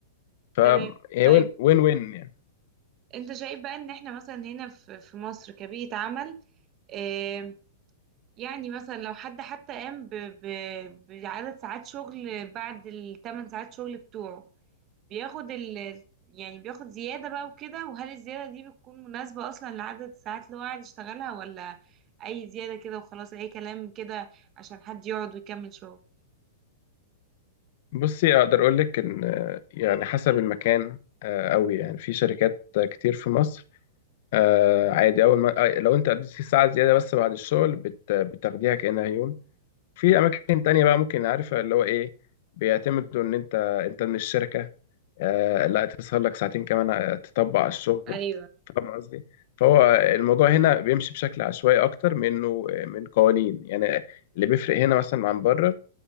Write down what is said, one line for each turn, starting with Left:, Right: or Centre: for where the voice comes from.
Left: فهي
Right: تمام طيب
Left: وين وين وين يعني
Right: انت شايف بقى ان احنا مثلا هنا في في مصر كبيئة عمل آم، يعني مثلا لو حد حتى قام ب- ب- بعدد ساعات شغل بعد الثمان ساعات شغل بتوعه بياخد ال يعني بياخد زيادة بقى وكده وهل الزيادة دي بتكون مناسبة أصلا لعدد الساعات اللي هو قاعد يشتغلها ولا أي زيادة كده وخلاص أي كلام كده عشان حد يقعد ويكمل شغل
Left: بصي اقدر اقول لك ان آه، يعني حسب المكان آه، قوي يعني في شركات كتير في مصر آه، عادي اول ما آه، لو انت قضيت فيه ساعه زياده بس بعد الشغل بت- بتاخديها كانها يوم في اماكن تانية بقى ممكن عارفة اللي هو ايه بيعتمدوا ان انت انت من الشركة آه لا تسهر لك ساعتين كمان آه، تطبق على الشغل
Right: ايوه
Left: فاهم قصدي فهو الموضوع هنا بيمشي بشكل عشوائي اكتر منه من قوانين يعني اللي بيفرق هنا مثلا عن بره